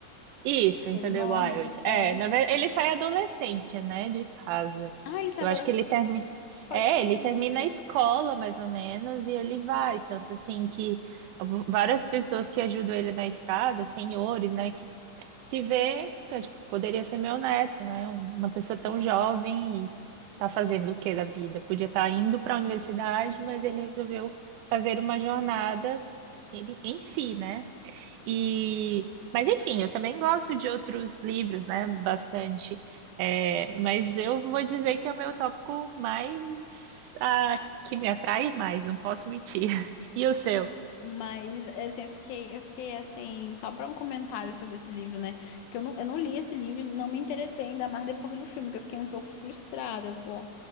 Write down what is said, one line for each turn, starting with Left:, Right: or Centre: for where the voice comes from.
Right: Isso, Into
Left: Ele morre,
Right: the Wild.
Left: ele
Right: É,
Left: é.
Right: na verdade, ele sai adolescente, né, de casa.
Left: Ah, ele é
Right: Eu
Left: adolescente.
Right: acho que ele termina.
Left: Pode
Right: É,
Left: ser
Right: ele
Left: por
Right: termina
Left: isso.
Right: a escola, mais ou menos, e ele vai. Tanto assim que v- várias pessoas que ajudam ele na estrada, senhores, né, que que vê, então, tipo, poderia ser meu neto, né? Uma pessoa tão jovem e tá fazendo o que da vida? Podia estar indo para a universidade, mas ele resolveu fazer uma jornada em, em si, né? E, mas enfim, eu também gosto de outros livros, né? Bastante. É, mas eu vou dizer que é o meu tópico mais ah, que me atrai mais, não posso mentir. <laughs> E o seu?
Left: Mas, assim, eu fiquei, eu fiquei assim, só para um comentário sobre esse livro, né? Que eu não, eu não li esse livro e não me interessei ainda mais depois do filme, que eu fiquei um pouco frustrada, pô.